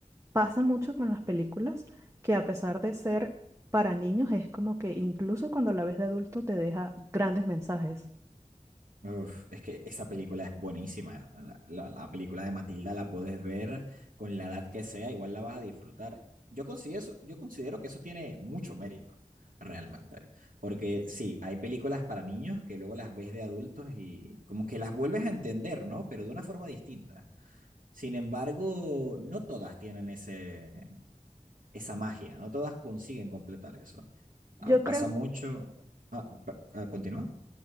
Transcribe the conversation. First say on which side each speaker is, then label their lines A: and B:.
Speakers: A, on the right; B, on the right.
A: Pasa mucho con las películas que a pesar de ser para niños, es como que incluso cuando la ves de adulto te deja grandes mensajes.
B: Uf, es que esa película es buenísima. La, la- la película de Matilda la puedes ver con la edad que sea, igual la vas a disfrutar. Yo considero eso- yo considero que eso tiene mucho mérito, realmente. Porque sí, hay películas para niños que luego las ves de adultos y como que las vuelves a entender, ¿no? Pero de una forma distinta. Sin embargo, no todas tienen ese, esa magia, no todas consiguen completar eso. Ah,
A: Yo
B: pasa
A: creo
B: mucho. Ah, pa- ah, ¿continúa?